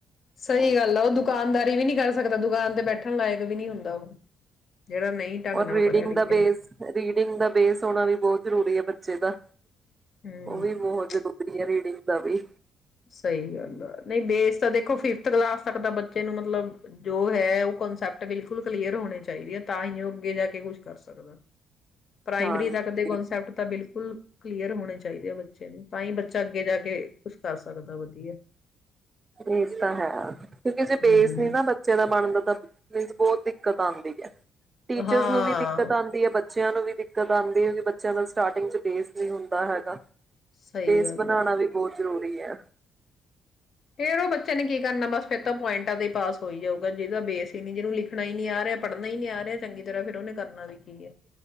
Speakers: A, on the left; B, on the right.
A: ਸਹੀ ਗੱਲ ਆ ਉਹ ਦੁਕਾਨਦਾਰੀ ਵੀ ਨੀ ਕਰ ਸਕਦਾ ਦੁਕਾਨ ਤੇ ਬੈਠਣ ਲਾਇਕ ਵੀ ਨਹੀਂ ਹੁੰਦਾ ਉਹ ਜਿਹੜਾ ਨਹੀਂ ਢੰਗ
B: ਔਰ
A: ਨਾਲ
B: ਰੀਡਿੰਗ
A: ਪੜ੍ਹਿਆ ਲਿਖਿਆ
B: ਦਾ ਬੇਸ ਰੀਡਿੰਗ ਦਾ ਬੇਸ ਹੋਣਾ ਵੀ ਬਹੁਤ ਜ਼ਰੂਰੀ ਹੈ ਬੱਚੇ ਦਾ
A: ਹੂੰ
B: ਉਹ ਵੀ ਬਹੁਤ ਜ਼ਰੂਰੀ ਹੈ ਰੀਡਿੰਗ ਦਾ ਵੀ
A: ਸਹੀ ਗੱਲ ਆ ਨਹੀਂ ਬੇਸ ਤਾਂ ਦੇਖੋ ਫਿਫਥ ਕਲਾਸ ਤੱਕ ਤਾਂ ਬੱਚੇ ਨੂੰ ਮਤਲਬ ਜੋ ਹੈ ਉਹ ਕਨਸੈਪਟ ਬਿਲਕੁਲ ਕਲੀਅਰ ਹੋਣੇ ਚਾਹੀਦੇ ਆ ਤਾਂ ਹੀ ਉਹ ਅੱਗੇ ਜਾ ਕੇ ਕੁਛ ਕਰ ਸਕਦਾ ਪ੍ਰਾਇਮਰੀ
B: ਹਾਂਜੀ
A: ਤੱਕ ਦੇ ਕਸੈਪਟ ਤਾਂ ਬਿਲਕੁਲ ਕਲੀਅਰ ਹੋਣੇ ਚਾਹੀਦੇ ਆ ਬ <unintelligible> ਬੇ ਨੇ ਤਾਂ ਹੀ ਬੱਚਾ ਅੱਗੇ ਜਾ ਕੇ ਕਰ ਸਕਦਾ ਵਧੀਆ
B: ਇਹ ਤਾਂ ਹੈ ਕਿਉਂਕਿ ਜੇ ਬੇਸ
A: ਹੂੰ
B: ਨੀ ਨਾ ਬੱਚੇ ਦਾ ਬਣ ਦਾ ਤਾਂ ਮੀਨਸ ਬਹੁਤ ਦਿ ਦਿੱਕਤ ਆਉਂਦੀ ਐ ਟੀਚਰਸ
A: ਹਾਂ
B: ਨੂੰ ਵੀ ਦਿੱਕਤ ਆਉਂਦੀ ਹੈ ਬੱਚਿਆਂ ਨੂੰ ਵੀ ਦਿੱਕਤ ਆਉਂਦੀ ਹੋਗੀ ਬੱਚਿਆਂ ਦਾ ਸਟਾਰਟਿੰਗ ਚ ਬੇਸ ਨਹੀਂ ਹੁੰਦਾ ਹੈਗਾ
A: ਸਹੀ
B: ਬੇਸ
A: ਗੱਲ
B: ਬਣਾਉਣਾ
A: ਹੈ
B: ਵੀ ਬਹੁਤ ਜ਼ਰੂਰੀ ਸਹੀ ਆ
A: ਫੇਰ ਉਹ ਬੱਚੇ ਨੇ ਕੀ ਕਰਨਾ ਬਸ ਫੇਰ ਤਾਂ ਪੁਆਇੰਟਾਂ ਤੇ ਈ‌ ਪਾਸ ਹੋ ਹੀ ਜਾਊਗਾ ਜਿਹਦਾ ਬੇਸ ਹੀ ਨਹੀਂ ਜਿਹਨੂੰ ਲਿਖਣਾ ਨੀ ਆ ਰਿਹਾ ਪੜ੍ਹਨਾ ਹੀ ਨੀ ਆ ਰਿਹਾ ਚੰਗੀ ਤਰ੍ਹਾਂ ਫਿਰ‌ ਉਹਨੇ ਕਰਨਾ ਵੀ ਕੀ ਹੈ